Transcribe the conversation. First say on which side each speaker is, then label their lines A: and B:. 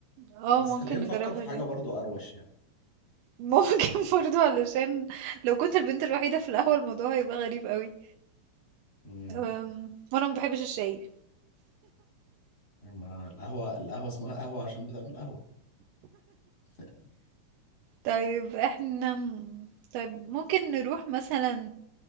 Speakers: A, on the right (about 80°); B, on the left (about 35°).
A: اه
B: بس
A: ممكن
B: خلينا نفكر
A: نجربها
B: في حاجة
A: دي
B: برضه أروش يعني
A: ممكن <laughs> برضو علشان لو كنت البنت الوحيدة في القهوة الموضوع هيبقى غريب قوي
B: امم
A: أم، وانا ما بحبش الشاي
B: أما القهوة القهوة اسمها قهوة عشان بتعمل قهوة <laughs>
A: طيب احنا م- طيب ممكن نروح مثلا